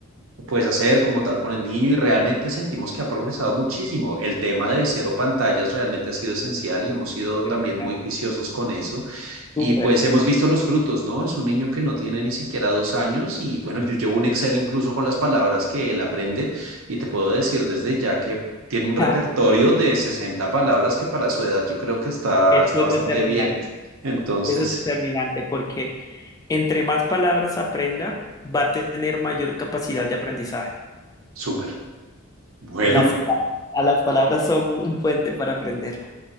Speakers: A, on the right; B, on the left.
A: pues hacer como tal con el niño y realmente sentimos que ha progresado muchísimo. El tema de cero pantallas realmente ha sido esencial y hemos sido
B: genial,
A: también muy juiciosos con eso y
B: Súper.
A: pues hemos visto los frutos, ¿no? Es un niño que no tiene ni siquiera dos años y bueno, yo llevo un Excel incluso con las palabras que él aprende y te puedo decir desde ya que... Tiene
B: <laughs>
A: un repertorio de 60 palabras que para su edad yo creo que está,
B: Eso
A: está
B: es
A: bastante
B: determinante,
A: bien. Entonces,
B: eso es determinante porque Entre más palabras aprenda, va a tener mayor capacidad de aprendizaje.
A: súper. Bueno,
B: Las, a las palabras son un puente para aprender.